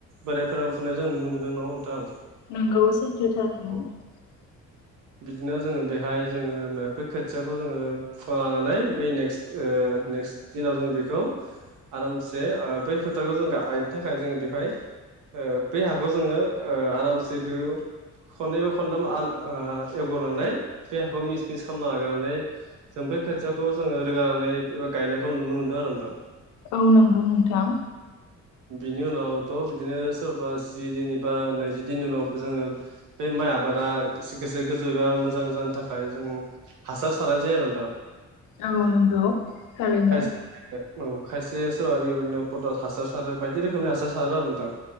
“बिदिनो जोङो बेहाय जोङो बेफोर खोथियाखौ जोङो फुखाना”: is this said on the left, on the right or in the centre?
Right